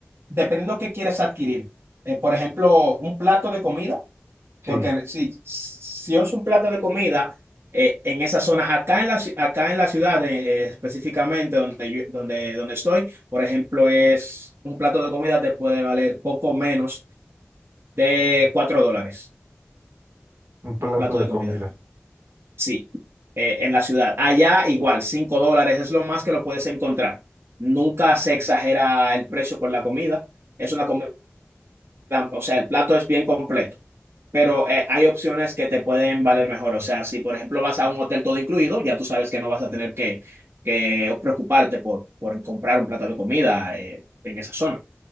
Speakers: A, on the right; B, on the right.
A: Dependiendo qué quieras adquirir. Eh, por ejemplo, un plato de comida.
B: Sí,
A: Porque si, si es un plato de comida eh, en esa zona, acá en la, ci- acá en la ciudad eh, específicamente donde, yo- donde, donde estoy, por ejemplo, es un plato de comida te puede valer poco menos de 4 dólares,
B: un plato
A: un plato
B: de
A: de comida.
B: comida.
A: Sí, eh, en la ciudad. Allá igual, 5 dólares es lo más que lo puedes encontrar. Nunca se exagera el precio con la comida. Es una comida, o sea, el plato es bien completo. pero eh, hay opciones que te pueden valer mejor. O sea, si por ejemplo vas a un hotel todo incluido, ya tú sabes que no vas a tener que, que preocuparte por, por comprar un plato de comida eh, en esa zona.